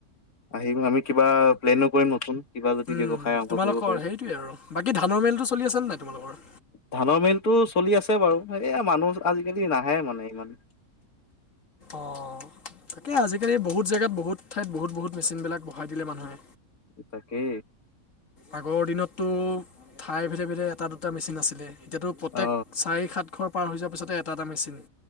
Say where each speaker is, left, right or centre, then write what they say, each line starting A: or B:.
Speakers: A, on the left; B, on the left.
A: আহিম আমি কিবা প্লেনো কৰিম নতুন কিবা যদি
B: উম
A: ব্যৱসায় আৰম্ভ
B: তোমালোকৰ
A: কৰিব পাৰি
B: সেইটোৱে আৰু বাকী ধানৰ মিলটো চলি আছে নে নাই তোমালোকৰ
A: ধানৰ মিলতটো চলি আছে বাৰু এইয়া মানুহ আজিকালি নাহে মানে ইমান
B: অ তাকে আজিকালি বহুত জেগাত বহুত ঠাইত বহুত বহুত মেচিনবিলাক বহাই দিলে মানুহে
A: তাকে
B: আগৰ দিনততো ঠাই ভেধে ভেদে এটা দুটা মেচিন আছিলে এতিয়াতো প্ৰত্যেক
A: অ
B: চাৰি সাত ঘৰ পাৰ হৈ যোৱাৰ পিছতে এটা এটা মেচিন